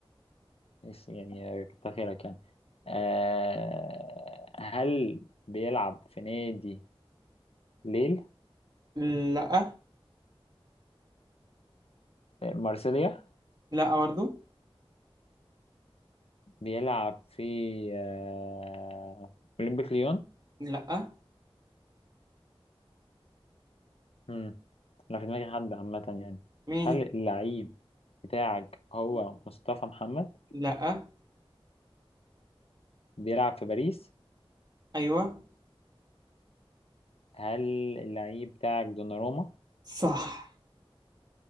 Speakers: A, on the left; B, on the right.
A: ماشي يعني كتر خيرك يعني آه... هل بيلعب في نادي ليل
B: لا
A: آه، مارسيليا
B: لا برضو
A: بيلعب في آه، أولمبيك ليون
B: لا
A: مم. أنا في دماغي حد عامة يعني
B: مين
A: هل اللعيب بتاعك هو مصطفى محمد
B: لا
A: بيلعب في باريس
B: ايوه
A: هل اللعيب بتاعك دوناروما
B: صح